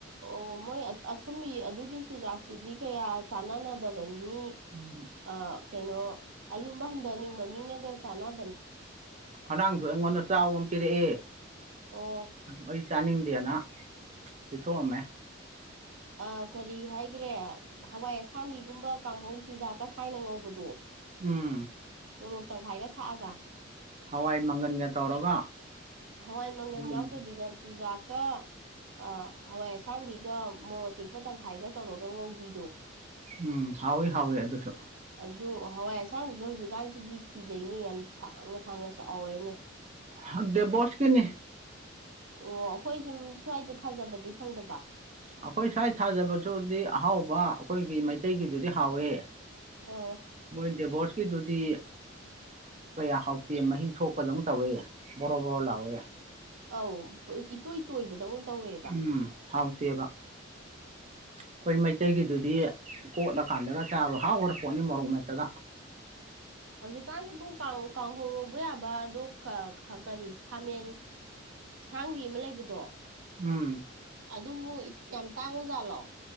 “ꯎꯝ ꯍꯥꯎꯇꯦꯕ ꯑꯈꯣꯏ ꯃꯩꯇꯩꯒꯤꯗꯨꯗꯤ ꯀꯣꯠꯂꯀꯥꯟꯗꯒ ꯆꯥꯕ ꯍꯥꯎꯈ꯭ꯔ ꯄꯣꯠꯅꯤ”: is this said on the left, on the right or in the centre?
Right